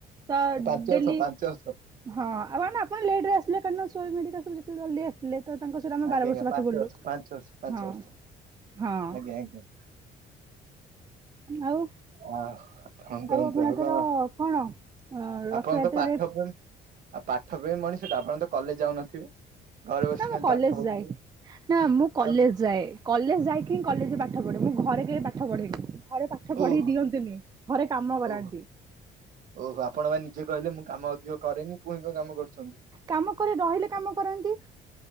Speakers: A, on the right (about 25°); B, on the right (about 55°).
A: ତ
B: ପାଞ୍ଚ
A: ଡେଲି
B: ବର୍ଷ ପାଞ୍ଚ ବର୍ଷ
A: ହଁ ଆଉ ଅନା ଆପଣ ଲେଟରେ ଆସିଲେ କାଇନା। <unintelligible> ଜଲଦି ଆସିଲେ ତ ତାଙ୍କ ସହିତ ଆମେ
B: ଆଜ୍ଞା
A: ବାର
B: ଆଜ୍ଞା
A: ବର୍ଷ ପାଠ
B: ପାଞ୍ଚ
A: ପଢିଲୁ
B: ପାଞ୍ଚ ବର୍ଷ ପାଞ୍ଚ
A: ହଁ।
B: ବର୍ଷ।
A: ହଁ
B: ଆଜ୍ଞା ଆଜ୍ଞା।
A: ଆଉ
B: ହଁ। ହଁ କୁହନ୍ତୁ
A: ଆପଣ
B: ଆଉ
A: ଏଥର
B: କଣ?
A: କଣ ଅ ରଥଯାତ୍ରାରେ
B: ଆପଣଙ୍କ ପାଠ ପ ଆଉ ପାଠପ୍ରେମି ମଣିଷଟା ଆପଣ ତ କଲେଜ ଯାଉନଥିବେ? ଘରେ ବସିକି
A: ନା ମୁଁ
B: ଖାଲି
A: କଲେଜ
B: ପାଠ ପଢୁଥିବେ
A: ଯାଏ, ନା ମୁଁ କଲେଜ
B: ଆଉ
A: ଯାଏ, କଲେଜ ଯାଇ କି କଲେଜରେ ପାଠ ପଢେ ମୁଁ ଘରେ କେବେ ପାଠ ପଢ଼େନି। ଘରେ ପାଠ ପଢେଇ
B: ଓହୋ
A: ଦିଅନ୍ତିନି ଘରେ କାମ କରାନ୍ତି।
B: ଓହୋ ଓହୋ ଆପଣ ବା ନିଜେ କହିଲେ ମୁଁ କାମ ଅଧିକ କରେନି ପୁଣି କଣ କାମ କରୁଛନ୍ତି।
A: କାମ କରେ ରହିଲେ କାମ କରାନ୍ତି।